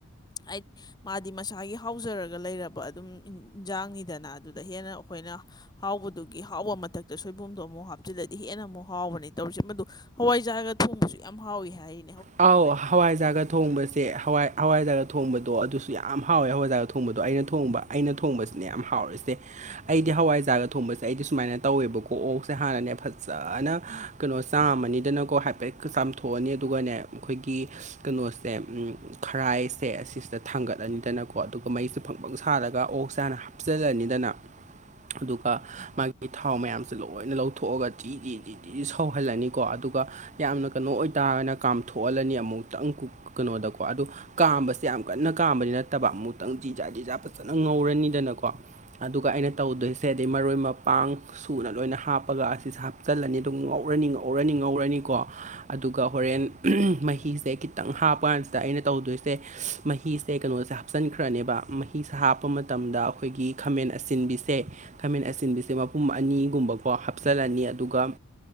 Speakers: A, on the left; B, on the right.
A: ꯑꯥꯏꯗ ꯃꯥꯗꯤ ꯃꯁꯥꯒꯤ ꯍꯥꯎꯖꯔꯒ ꯂꯩꯔꯕ ꯑꯗꯨꯝ ꯏꯟꯖꯥꯡꯅꯤꯗꯅ ꯑꯗꯨꯗ ꯍꯦꯟꯅ ꯑꯩꯈꯣꯏꯅ ꯍꯥꯎꯕꯗꯨꯒꯤ ꯍꯥꯎꯕ ꯃꯊꯛꯇ ꯁꯣꯏꯕꯨꯝꯗꯣ ꯑꯃꯨꯛ ꯍꯥꯞꯆꯤꯜꯂꯗꯤ ꯍꯦꯟꯅ ꯑꯃꯨꯛ ꯍꯥꯎꯕꯅꯦ ꯇꯧꯔꯤꯁꯦ ꯃꯗꯨ ꯍꯋꯥꯏꯖꯥꯒ ꯊꯣꯡꯕꯁꯨ ꯌꯥꯝ ꯍꯥꯎꯏꯤ ꯍꯥꯏ
B: ꯑꯥꯎ ꯍꯋꯥꯏꯖꯥꯒ ꯊꯣꯡꯕꯁꯦ ꯍꯋꯥꯏ ꯍꯋꯥꯏꯖꯔꯒ ꯊꯣꯡꯕꯗꯣ ꯑꯗꯨꯁꯨ ꯌꯥꯝ ꯍꯥꯎꯋꯦ ꯍꯋꯥꯏꯖꯔꯒ ꯊꯣꯡꯕꯗꯣ ꯑꯩꯅ ꯊꯣꯡꯕ ꯑꯩꯅ ꯊꯣꯡꯕꯁꯤꯅ ꯌꯥꯝ ꯍꯥꯎꯋꯁꯦ ꯑꯩꯗꯤ ꯍꯋꯥꯏꯖꯥꯔꯒ ꯊꯣꯡꯕꯁꯦ ꯑꯩꯗꯤ ꯁꯨꯃꯥꯏꯅ ꯇꯧꯋꯦꯕꯀꯣꯛ ꯑꯣꯛꯁꯦ ꯍꯥꯟꯅꯅꯦ ꯐꯖꯅ ꯀꯩꯅꯣ ꯆꯥꯝꯃꯅꯤꯗꯅꯀꯣ ꯍꯥꯏꯐꯦꯠ ꯆꯥꯝꯊꯣꯛꯑꯅꯤ ꯑꯗꯨꯒꯅꯦ ꯑꯩꯈꯣꯏꯒꯤ ꯀꯩꯅꯣꯁꯦ ꯈꯔꯥꯏꯁꯦ ꯑꯁꯤꯁꯤꯗ ꯊꯥꯡꯒꯠꯂꯅꯤꯗꯅꯀꯣ ꯑꯗꯨꯒ ꯃꯩꯁꯦ ꯐꯪꯐꯪ ꯁꯥꯔꯒ ꯑꯣꯛ ꯁꯦ ꯍꯥꯟꯅ ꯍ ꯆꯜꯂꯅꯤꯗꯅꯅꯥ ꯑꯗꯨꯒ ꯃꯥꯒꯤ ꯊꯥꯎ ꯃꯌꯥꯝꯁꯦ ꯂꯣꯏꯅ ꯂꯧꯊꯣꯛꯑꯒ ꯒꯤ ꯒꯤ ꯒꯤ ꯒꯤ ꯁꯧꯍꯜꯂꯅꯤ ꯀꯣ ꯑꯗꯨꯒ ꯌꯥꯝꯅ ꯀꯩꯅꯣ ꯑꯣꯏꯇꯥꯔꯅ ꯀꯥꯝꯊꯣꯛꯍꯜꯂꯅꯤ ꯑꯃꯨꯛꯇꯪ ꯀꯩꯅꯣꯗꯀꯣ ꯑꯗꯨ ꯀꯥꯝꯕꯁꯦ ꯌꯥꯝ ꯀꯟꯅ ꯀꯥꯝꯕꯗꯤ ꯅꯠꯇꯕ ꯑꯃꯨꯛꯇꯪ ꯖꯤꯖꯥ ꯖꯤꯖꯥ ꯐꯖꯅ ꯉꯧꯔꯅꯤꯗꯅꯀꯣ ꯑꯗꯨꯒ ꯑꯩꯅ ꯇꯧꯗꯣꯏꯁꯦ ꯑꯗꯩ ꯃꯔꯣꯏ ꯃꯄꯥꯡ ꯁꯨꯅ ꯂꯣꯏꯅ ꯍꯥꯞꯄꯒ ꯑꯁꯤꯁꯦ ꯍꯥꯞꯆꯜꯂꯅꯤ ꯑꯗꯨꯝ ꯉꯧꯔꯅꯤ ꯉꯧꯔꯅꯤ ꯉꯧꯔꯅꯤꯀꯣ ꯑꯗꯨꯒ ꯍꯣꯔꯦꯟ ꯃꯍꯤꯁꯦ ꯈꯤꯇꯪ ꯍꯥꯞꯄ ꯀꯥꯟꯁꯤꯗ ꯑꯩꯅ ꯇꯧꯗꯣꯏꯁꯦ ꯃꯍꯤꯁꯦ ꯀꯩꯅꯣꯁꯦ ꯍꯥꯞꯆꯤꯟꯈ꯭ꯔꯅꯦꯕ ꯃꯍꯤꯁꯥ ꯍꯥꯞꯄ ꯃꯇꯝꯗ ꯑꯩꯈꯣꯏꯒꯤ ꯈꯥꯃꯦꯟ ꯑꯁꯤꯟꯕꯤꯁꯦ ꯈꯥꯃꯦꯟ ꯑꯁꯤꯟꯕꯤꯁꯦ ꯃꯄꯨꯝ ꯑꯅꯤꯒꯨꯝꯕꯀꯣ ꯍꯥꯞꯆꯤꯜꯂꯅꯤ ꯑꯗꯨꯒ